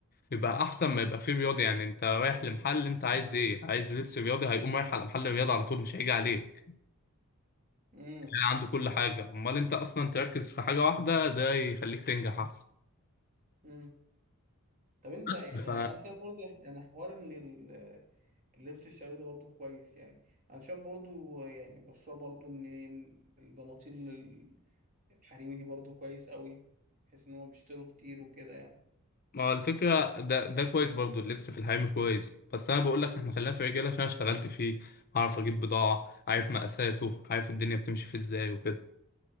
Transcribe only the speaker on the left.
يبقى أحسن ما يبقى فيه رياضي يعني أنت رايح لمحل أنت عايز إيه عايز لبس رياضي هيقوم رايح على محل الرياضة على طول مش هيجي عليه
عنده كل حاجة امال انت اصلا تركز في حاجة واحدة ده يخليك تنجح احسن
بس
ف
ما هو الفكرة ده ده كويس برضو اللبس في الحريم كويس بس انا بقول لك احنا خلينا في رجالة عشان اشتغلت فيه اعرف اجيب بضاعة عارف مقاساته عارف الدنيا بتمشي في ازاي وكده